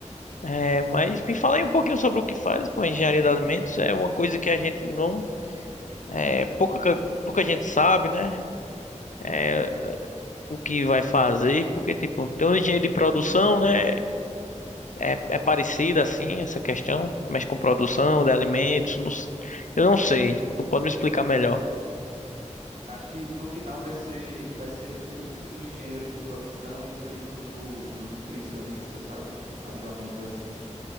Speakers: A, on the left; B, on the right.
A: É, mas me fala aí um pouquinho sobre o que faz, pô, engenharia de alimentos é uma coisa que a gente não, é, pouca, pouca gente sabe, né? É, o que vai fazer, porque tipo, tem um engenheiro de produção, né? É, é parecida assim essa questão, mas com produção de alimentos, não s- eu não sei. Tu pode me explicar melhor?
B: Acho que no final vai ser, vai ser primo do engenheiro de produção e primo do, do nutricionista, sabe? Mais ou menos assim.